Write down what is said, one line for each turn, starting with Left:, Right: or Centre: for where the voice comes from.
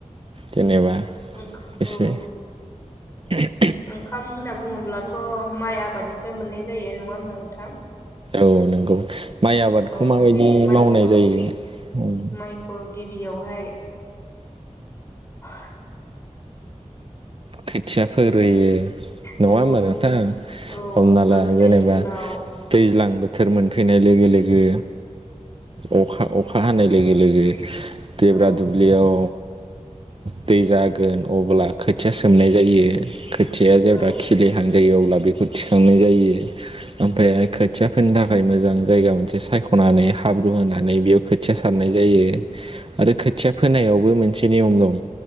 Right: जेनेबा
Left: औ
Right: एसे <inaudible>
Left: ओंखाम होनना बुङोब्ला थ' माइ आबादनिफ्राय मोननाय जायो। नङा होमब्ला नोंथां?
Right: औ नंगौ माइ आबादखौ
Left: औ
Right: माबायदि
Left: बे माइखौ
Right: मावनाय जायो? उम
Left: माइखौ गिबियावहाय अ
Right: खोथिया फोग्रोयो नङा
Left: औ
Right: होमबा नोंथां?
Left: औ
Right: हमना
Left: फोग्रोनायनि
Right: ला जेनेबा
Left: उनाव
Right: दैज्लां बो बोथोर मोनफैनाय लोगो लोगो अखा अखा हानाय लोगो लोगो देब्रा
Left: औ
Right: दुब्लियाव दै जागोन अब्ला खो थिया सोमनाय जायो खो थिया जेब्ला
Left: औ
Right: खिलिहांजायो अब्ला बेखौ थिखांनाय जायो। ओमफ्राय खोथिया फोनो थाखाय मोजां जायगा मोनसे सायख'नानै हाब्रु होनानै बेयाव खोथिया सारनाय जायो आरो खोथिया फोनायावबो मोनसे नियम दं।